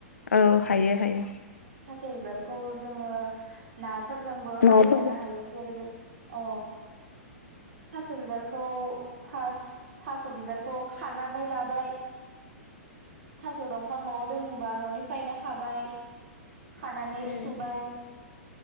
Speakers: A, on the left (about 70°); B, on the right (about 60°).
A: औ हायो हायो
B: थास' बिबारखौ जोङो ना फोरजोंबो
A: माबाफोरबो
B: खारै जानो हायो जेरैबायदि अ थास' बिबारखौ फास्ट थास' बिबारखौ खानानै लाबाय थास' दंफां न'आव रोङोबा न'निफ्रायनो खाबाय खानानै
A: उम
B: सुबाय